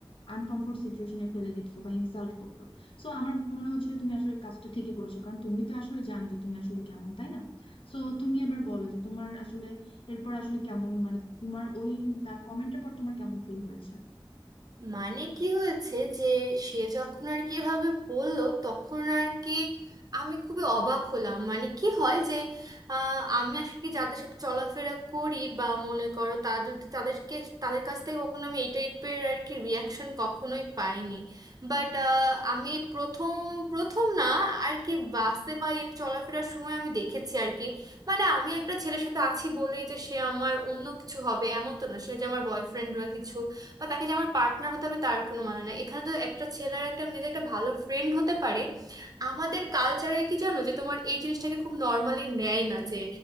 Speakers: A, on the left; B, on the right.
A: আনকমফোর্ট সিচুয়েশনে ফেলে দিত বা ইনসাল্ট করতো সো আমার মনে হচ্ছে যে তুমি আসলে কাজটা ঠিকই করেছো কারণ তুমি তো আসলে জানো যে তুমি আসলে কেমন তাই না সো তুমি এবার বলো যে তোমার আসলে এরপর আসলে কেমন মানে তোমার ওই তার কমেন্টের পর তোমার কেমন ফিল হয়েছে
B: মানে কি হয়েছে যে সে যখন আর কি এভাবে বললো তখন আর কি আমি খুবই অবাক হলাম মানে কি হয় যে আহ, আমি আর কি যাদের সাথে চলাফেরা করি বা মনে করো তাদের তাদেরকে তাদের কাছ থেকে কখনো আমি এই টাইপের আর কি রিয়াকশন কখনোই পাইনি বাট আমি এই প্রথম প্রথম না আর কি বাসে বা এই চলাফেরার সময় আমি দেখেছি আর কি মানে আমি একটা ছেলের সাথে আছি বলেই যে সে আমার অন্য কিছু হবে এমন তো না সে যে আমার বয়ফ্রেন্ড বা কিছু বা তাকে যে আমার পার্টনার হতে হবে তার কোনো মানে না এখানে তো একটা ছেলে আর একটা মেয়ে যে একটা ভালো ফ্রেন্ড হতে পারে আমাদের কালচারে কি জানো যে তোমার এই জিনিসটাকে খুব নর্মালি নেয় না যে